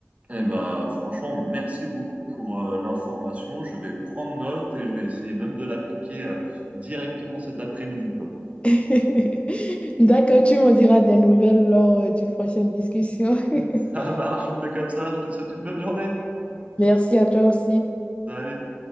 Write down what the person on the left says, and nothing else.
<laughs> D'accord, tu m'en diras des nouvelles lors euh, d'une prochaine discussion.
<laughs>
Merci à toi aussi.